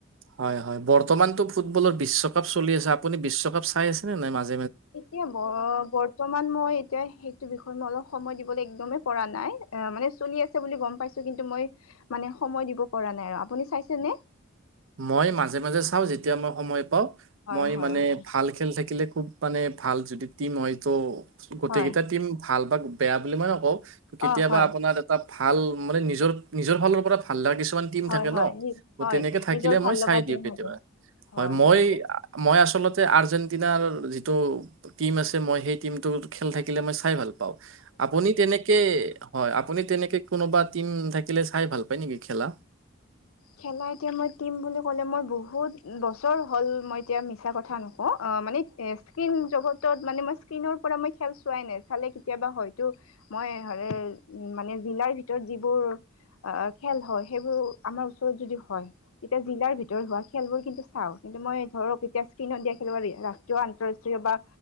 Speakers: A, on the right; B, on the left.
A: হয় - হয় বৰ্তমানতটো ফুটবলৰ বিশ্বকাপ চলি আছে আপুনি বিশ্বকাপ চাই আছে নে নাই মাজ
B: এতিয়া ব বৰ্তমান মই এতিয়া সেইটো বিষয়ত মই অলপ সময় দিবলৈ একদমে পৰা নাই অ, মানে চলি আছে বুলি গম পাইছো কিন্তু মই মানে সময় দিব পৰা নাই আৰু আপুনি চাইছেনে?
A: মই মাজে - মাজে চাও যেতিয়া মই সময় পাও
B: হয়
A: মই
B: হয়
A: মানে
B: হয়
A: ভাল খেল থাকিলে। খুব মানে ভাল যদি টীম হয় তো গোটেইকেইটা
B: হয়
A: টীম ভাল বা বেয়া বুলি মই নকও কেতিয়াবা
B: অ হয়
A: আপোনাৰ এটা ভাল মানে নিজৰ নিজৰ ফালৰ পৰা ভাল ভাললগা কিছুমান টিম
B: হয়
A: থাকে
B: হয়
A: ন
B: হয়
A: তেনেকে থাকে
B: নিজৰ ভাল
A: মই
B: লগা
A: চাই দিও
B: টিম
A: কেতিয়াবা
B: হব হয়
A: মই
B: বাৰু
A: আৰ্জন আৰ্জেণ্টিনাৰ যিটো টিম আছে মই সেই টীমটো খেল থাকিলে মই চাই ভাল পাও আপুনি তেনেকে হয় আপুনি তেনেকে কোনোবা টিম থাকিলে চাই ভাল পায় নেকি খেলা?
B: খেলা এতিয়া মই টিম বুলি কলে মই বহুত বছৰ হল মই এতিয়া মিছা কথা নক অ, অ, মানে স্কিন জগতত মানে মই স্কিনৰ পৰা খেল চোৱাই নাই চালে কেতিয়াবা হয়তো মই হ'লে মানে জিলাৰ ভিতৰত যিবোৰ খেল হয় সেইবোৰ আমাৰ ও যদি হয় তেতিয়া জিলাৰ ভিতৰত হোৱা খেলবোৰ কিন্তু চাও কিন্তু মই ধৰক এতিয়া স্ক্ৰীণত দিয়া খেলবোৰ ৰাষ্ট্ৰীয় আন্তৰাষ্ট্ৰীয় বা